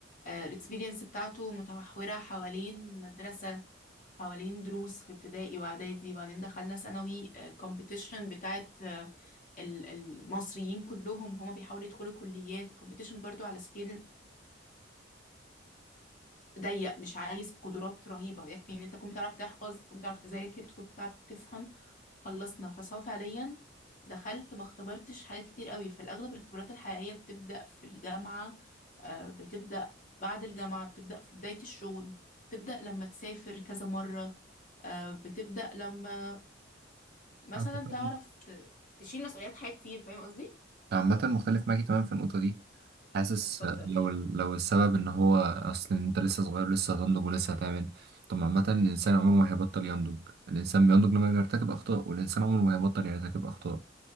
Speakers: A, on the left; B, on the right.
A: الاكسبيرينس بتاعته متمحورة حوالين مدرسة حوالين دروس في ابتدائي واعدادي وبعدين دخلنا ثانوي كومبيتيشن بتاعت آه، ال- المصريين كلهم هما بيحاولوا يدخلوا كليات كومبيتيشن برضو على سكيل ضيق مش عايز قدرات رهيبة يكفي ان انت تكون بتعرف تحفظ تكون بتعرف تذاكر تكون بتعرف تفهم خلصنا فسواء فعليا دخلت ما اختبرتش حاجات كتير قوي في الاغلب الاختبارات الحقيقية بتبدأ في الجامعة آه، بتبدأ بعد الجامعة بتبدأ في بداية الشغل بتبدأ لما تسافر كذا مرة آه، بتبدأ لما مثلا
B: أعتقد
A: تعرف ت... تشيل مسؤوليات حاجة كتير فاهم قصدي؟
B: عامة مختلف معاكي تمام في النقطة دي حاسس
A: اتفضل
B: لو لو السبب ان هو اصل إن انت لسه صغير لسه هتنضج ولسه هتعمل طب عامة الانسان عمره ما هيبطل ينضج الانسان بينضج لما بيرتكب اخطاء والانسان عمره ما هيبطل يرتكب اخطاء